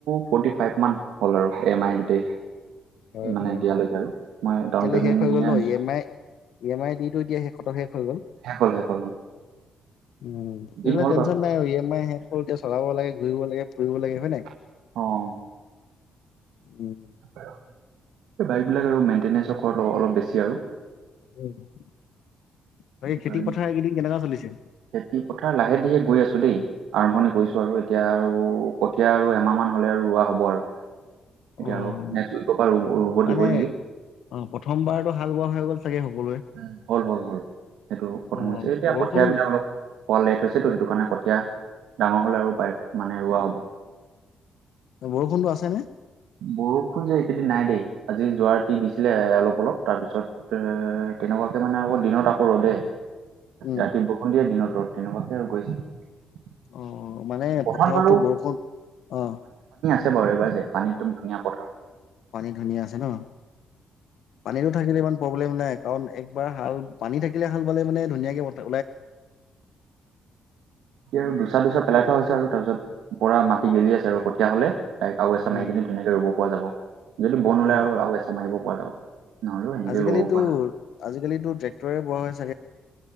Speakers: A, on the right; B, on the left.
A: ফৰ্টি ফাইভ মান হ'ল আৰু এম আই গোটেই।
B: হয়
A: মানে
B: হয়
A: দিয়ালৈকে
B: হয়,
A: আৰু মই ডাউন
B: এতিয়ালৈ
A: পে'মেণ্ট
B: শেষ হৈ
A: দিয়ে
B: গ'ল ন
A: আনিছোঁ
B: ই M I. E M I দিটো এতিয়া শেষতো শেষ হৈ গ'ল।
A: শেষ হ'ল শেষ হ'ল অ
B: উম, তেতিয়াহ'লে
A: দিন হ'ল
B: টেনচন
A: বাৰু
B: নাই আৰু ই এম আই শেষ এতিয়া চলাব লাগে, ঘূৰিব লাগে ফুৰিব লাগে। হয় নাই?
A: অ'।
B: উম,
A: আৰু বাইক বিলাক আৰু <unintelligible> অলপ বেছি আৰু।
B: বাকী, খেতি
A: আৰু
B: পথাৰ এইকেইদিন কেনেকা চলিছে?
A: খেতি পথাৰ লাহে ধিৰে কৰি আছো দেই। আৰম্ভণি কৰিছো আৰু এতিয়া আৰু কঠীয়া আৰু এমাহ মান হলে আৰু ৰোৱা হ'ব আৰু এতিয়া
B: অ'।
A: আৰু নেক্সট উইক পৰা ৰুব
B: মানে
A: দিবই নেকি।
B: অ' প্ৰথমবাৰতো হাল বোৱা হৈ গ'ল চাগে সকলোৱে।
A: উম, হ'ল হ'ল হ'ল। সেইটো প্ৰথম
B: অ
A: হৈছে। এতিয়া
B: বৰষুণ
A: কঠিয়াবিলাক অলপ পোৱা লেট হৈছেতো সেইটো কাৰণে কঠীয়া ডাঙৰ হলে আৰু পাইপ মানে ৰুৱা হ'ব।
B: বৰষুণতো আছেনে
A: বৰষুণ যে এইকেইদিন নাই দেই। আজি যোৱা ৰাতি দিছিলে এ অলপ অলপ তাৰ পিছত এ তেনেকুৱাকে মানে আকৌ দিনত আকৌ ৰ'দে।
B: উম
A: ৰাতি বৰষুণ দিয়ে দিনত ৰ'দ তেনেকুৱাকে <unintelligible>
B: অ' মানে
A: পথাৰত
B: পথাৰতো
A: বাৰু
B: বৰষুণ, অ
A: তে বৰ এবাৰ যে পানীত'দম ধুনীয়া পথাৰ
B: পানী ধুনীয়া আছে ন? পানীতো থাকিলে ইমান প্ৰব্লেম নাই। কাৰণ একবাৰ হাল পানী থাকিলে হাল বালে মানে ধুনীয়াকে পতা
A: এয়া আৰু দুচা-দুচা পেলাই থোৱা হৈছে আৰু তাৰপিছত পোৰা মাটি গেলি আছে আৰু, কঠীয়া হ'লে, তাইক আৰু এচাহ
B: উম
A: মাৰি কিনি ধুনীয়াকে ৰুব পৰা যাব। যদি বন ওলাই
B: অ
A: আৰু, আৰু এচাহ মাৰিব পৰা যাব। নহ'লেও সেনেকে
B: আজিকালিতো,
A: ৰুব পৰা যাব।
B: আজিকালিতো, ট্ৰেক্টৰে বোৱা হৈছে।